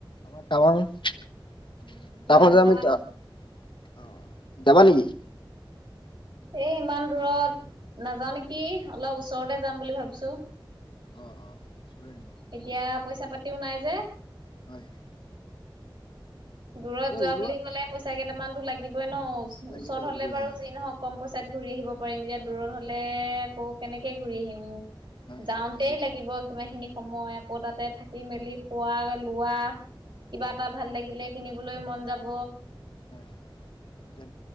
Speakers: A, on the left; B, on the right.
A: আমাৰ টাৱাং তাৰপা
B: উম যোৱা
A: যে
B: যোৱা
A: আমি যাবা নেকি
B: এ ইমান দূৰত নাযাও নেকি অলপ ওচৰতে যাম বুলি ভাবিছো।
A: অ অ
B: এতিয়া পইচা পাতিও নাই যে।
A: হয় হয়।
B: দূৰত
A: তাকে
B: যোৱা
A: ওলোৱা
B: বুলি ক'লে পইচা কেইটামানতো লাগিবই ন
A: লাগিব
B: ওচৰত
A: লাগিব
B: হলে বাৰু
A: হয়
B: যি নহওক কম পইচাত, ঘূৰি আহিব পাৰিম এতিয়া দূৰত হলে আকৌ কেনেকে ঘূৰি আহিম।
A: হয়
B: যাওঁতে
A: হয় তাকেই
B: লাগিব কিমাখিনি সময় আকৌ তাতে থাকি মেলি খোৱা লোৱা কিবা
A: হয়
B: এটা ভাল লাগিলে, কিনিবলৈ মন যাব।
A: হয় এতিয়া